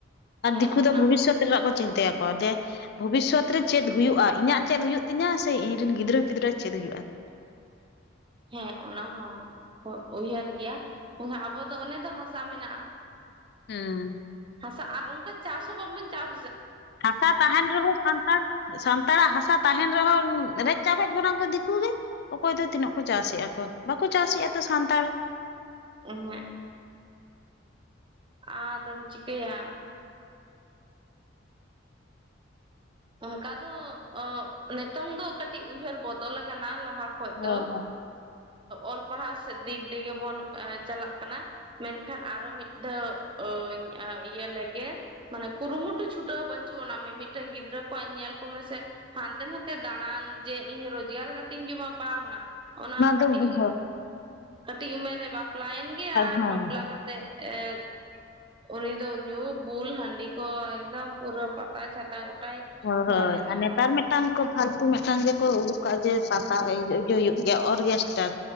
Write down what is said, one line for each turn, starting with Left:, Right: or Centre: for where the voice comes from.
Left: ᱟᱨ
Right: ᱦᱮᱸ
Left: ᱫᱤᱠᱩ
Right: ᱚᱱᱟ
Left: ᱫᱚ ᱵᱷᱚᱵᱤᱥᱥᱚᱛ ᱨᱮᱭᱟᱜ ᱠᱚ ᱪᱤᱱᱛᱟᱹ ᱟᱠᱚ ᱡᱮ ᱵᱷᱚᱵᱤᱥᱥᱚᱛ ᱨᱮ ᱪᱮᱫ ᱦᱩᱭᱩᱜᱼᱟ ᱤᱧᱟᱹᱜ ᱪᱮᱫ ᱦᱩᱭᱩᱜ ᱛᱤᱧᱟᱹ ᱥᱮ ᱤᱧ ᱨᱮᱱ ᱜᱤᱫᱽᱨᱟᱹ ᱯᱤᱫᱽᱨᱟᱹ ᱪᱮᱫ ᱦᱩᱭᱩᱜᱼᱟ᱾ <inaudible>
Right: ᱦᱮᱸ ᱚᱱᱟ ᱦᱚᱸ ᱩᱭᱦᱟᱹᱨ ᱜᱮᱭᱟ ᱤᱧ ᱟᱵᱚ ᱫᱚ ᱚᱱᱮ ᱫᱚ ᱦᱟ <unintelligible> ᱥᱟ ᱢᱮᱱᱟᱜᱼᱟ᱾
Left: ᱦᱩᱸ
Right: ᱦᱟᱥᱟ ᱟᱨ ᱚᱱᱠᱟ ᱪᱟᱥ ᱦᱚᱸ ᱵᱟᱝᱵᱚᱱ ᱪᱟᱥ
Left: ᱦᱟᱥᱟ ᱛᱟᱦᱮᱱ ᱨᱮᱦᱚᱸ ᱥᱟᱱᱛᱟᱲ ᱥᱟᱱᱛᱟᱲᱟᱜ ᱦᱟᱥᱟ ᱛᱟᱦᱮᱱ ᱨᱮᱦᱚᱸ ᱨᱮᱡ ᱪᱟᱵᱟᱭᱮᱫ ᱵᱚᱱᱟ ᱠᱚ ᱫᱤᱠᱩ ᱜᱮ ᱚᱠᱚᱭ ᱫᱚ ᱛᱤᱱᱟᱹᱜ ᱠᱚ ᱪᱟᱥᱮᱜ-ᱟ ᱠᱚ ᱵᱟᱠᱚ ᱪᱟᱥᱮᱜ-ᱟ ᱛᱚ ᱥᱟᱱᱛᱟᱲ
Right: ᱩᱦᱩᱜ ᱟ-ᱫᱚᱢ ᱪᱤᱠᱟᱭᱟ ᱚᱱᱠᱟ ᱫᱚ ᱚᱜ ᱱᱤᱛᱚᱝ ᱫᱚ ᱠᱟᱹᱴᱤᱡ ᱩᱭᱦᱟᱹᱨ ᱵᱚᱫᱚᱞ ᱟᱠᱟᱱᱟ ᱠᱟᱱᱟ ᱞᱟᱦᱟ ᱠᱷᱚᱡ
Left: ᱦᱳᱭ
Right: ᱫᱚ
Left: ᱦᱳᱭ
Right: ᱚᱞ ᱯᱟᱲᱦᱟᱣ ᱥᱮᱫ ᱫᱤᱠ ᱫᱤᱱ ᱜᱮ ᱵᱚᱱ ᱪᱟᱞᱟᱜ ᱠᱟᱱᱟ ᱢᱮᱱᱠᱷᱟᱱ ᱟᱨᱚ ᱢᱤᱫ ᱫᱷᱟᱣ ᱚᱝ ᱟ ᱤᱭᱟᱹ ᱞᱮᱜᱮ ᱢᱟᱱᱮ ᱠᱩᱨᱩᱢᱩᱴᱩ ᱪᱷᱩᱴᱟᱹᱣ ᱵᱟᱹᱪᱩᱜᱼᱟᱱᱟ ᱢᱤ ᱢᱤᱫᱴᱟᱝ ᱜᱤᱫᱽᱨᱟᱹ ᱧᱮᱞ ᱠᱚ ᱢᱮᱥᱮ ᱦᱟᱱᱛᱮ ᱱᱟᱛᱮ ᱫᱟᱬᱟᱱ ᱪᱮᱜ ᱤᱧ ᱨᱳᱡᱽᱜᱟᱨ ᱠᱟᱛᱮ ᱤᱧ ᱡᱚᱢᱟ ᱵᱟᱝᱟ ᱚᱱᱟ ᱠᱟᱹᱴᱤᱡ
Left: ᱫᱚ ᱦᱳᱭ
Right: ᱤᱧ ᱠᱟᱹᱴᱤᱡ ᱩᱢᱮᱨ ᱨᱮ ᱵᱟᱯᱞᱟ ᱭᱮᱱ ᱜᱮ ᱟᱨ
Left: ᱦᱳᱭ
Right: ᱵᱟᱯᱞᱟ ᱠᱟᱛᱮᱜ ᱮ- ᱩᱱᱤ ᱫᱚ ᱧᱩ ᱵᱩᱞ ᱦᱟᱹᱱᱰᱤ ᱠᱚᱭ ᱮᱠᱫᱚᱢ ᱯᱩᱨᱟᱹ ᱯᱟᱛᱟ ᱪᱷᱟᱛᱟ ᱜᱚᱴᱟᱭ
Left: ᱦᱳ ᱦᱳᱭ
Right: ᱫᱟᱬᱟᱱᱟ
Left: ᱟᱨ ᱱᱮᱛᱟᱨ ᱢᱤᱫᱴᱟᱝ ᱠᱚ ᱯᱷᱟᱞᱛᱩ ᱢᱮᱫᱴᱟᱝ ᱜᱮ ᱠᱚ ᱩᱰᱩᱠᱟᱜᱼᱟ ᱡᱮ ᱯᱟᱛᱟ ᱦᱩᱭᱩᱜ ᱜᱮᱭᱟ ᱚᱨᱜᱮᱥᱴᱟᱨ